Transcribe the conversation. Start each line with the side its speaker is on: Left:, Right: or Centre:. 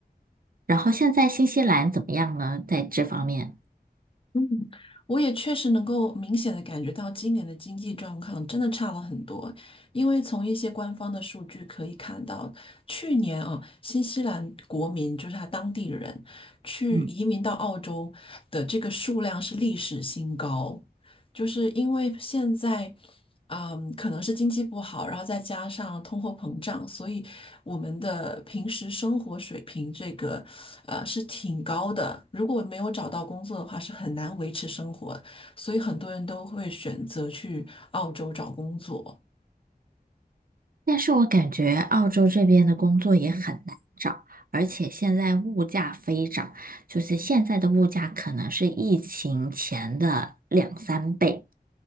Right: 然后现在新西兰怎么样呢？在这方面？
Left: 嗯，我也确实能够明显的感觉到今年的经济状况真的差了很多，因为从一些官方的数据可以看到，去年啊，新西兰国民就是他当地人去移民到澳洲的这个数量是历史新高。
Right: 嗯。
Left: 就是因为现在，嗯，可能是经济不好，然后再加上通货膨胀，所以我们的平时生活水平这个，呃，是挺高的。如果没有找到工作的话，是很难维持生活，所以很多人都会选择去澳洲找工作。
Right: 但是我感觉澳洲这边的工作也很难找，而且现在物价飞涨，就是现在的物价可能是疫情前的两三倍。